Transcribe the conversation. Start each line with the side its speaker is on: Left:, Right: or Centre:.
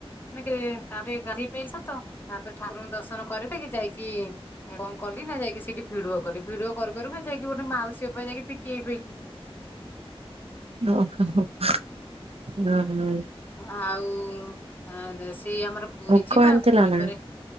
Left: ମାନେ କି ତାପରେ ଗାଡ଼ି ତାପରେ ଠାକୁରଙ୍କୁ ଦର୍ଶନ କରିକି ଯାଇକି କଣ କଲି ନା ଯାଇକି ସେଇଠି ଭିଡ଼ିଓ କଲି ଭିଡ଼ିଓ କରୁ କରୁ ବି ଯାଇକି ଗୋଟେ ମାଉସୀ ଉପରେ ଯାଇକି ପିଟି ହେଇପଇଲି
Right: ଓହୋ ହୋ <unintelligible> ହୁଁ।
Left: ଆଉ ଆଁ ଦେଶ ସେଇ ଆମର ପୁରୀ
Right: ଭୋଗ
Left: ଯିବା
Right: ଆଣିଥିଲ
Left: ପୁରୀ
Right: ନା
Left: ପରେ